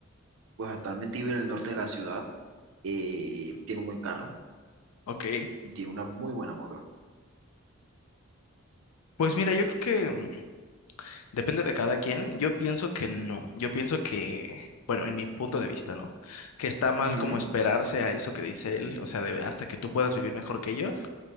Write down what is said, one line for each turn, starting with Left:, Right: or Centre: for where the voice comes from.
Right: pues actualmente vive en el norte de la ciudad, eh, tiene un buen carro
Left: Ok.
Right: y tiene una muy buena moto.
Left: Pues mira, yo creo que mm, depende de cada quien. Yo pienso que no. Yo pienso que, bueno, en mi punto de vista, ¿no? Que está mal
Right: Ujú,
Left: como esperarse a eso que dice él, o sea, de- hasta que tú puedas vivir mejor que ellos,